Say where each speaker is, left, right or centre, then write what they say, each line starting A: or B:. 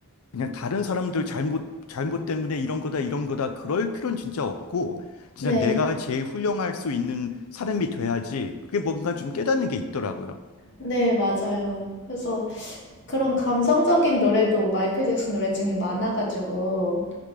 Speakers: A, on the left; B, on the left.
A: 그냥 다른 사람들 잘못 잘못 때문에 이런 거다 이런 거다 그럴 필요는 진짜 없고 진짜
B: 네.
A: 내가 제일 훌륭할 수 있는 사람이 돼야지. 그게 뭔가 좀 깨닫는 게 있더라고요.
B: 네, 맞아요. 그래서 그런 감성적인 노래도 마이클 잭슨 노래 중에 많아가지고